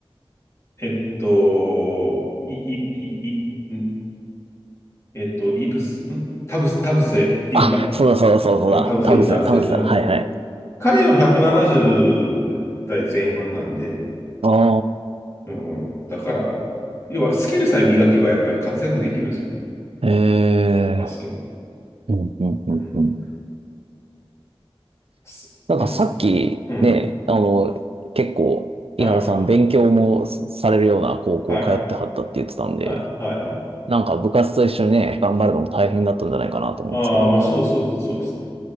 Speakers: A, on the left; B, on the right.
A: えっと、い、い、い、い、んえっと、イブス、ん田臥、田臥勇太。
B: あ、そうだそうだそうだそうだ。
A: うん、田臥勇太選。
B: 田臥さん、田臥さん。
A: うん。
B: はいはい。
A: 彼は170代前半なんで、
B: あ
A: うん。だから、要はスキルさえ磨けばやっぱり活躍できるんですよね。
B: あ、え
A: バスケも。
B: え。うんうんうんうん。
A: うん。すまあ、
B: なんかさっきね、
A: すうん。
B: あの、結構、
A: はい。
B: 井原さん勉強もされるような高校通ってはったって言ってたんで、
A: はい。はい。はい。はい。
B: なんか部活と一緒にね、頑張るのも大変だったんじゃないかなと思うんですけど。
A: ああ、まあ、そうそう、そうですね。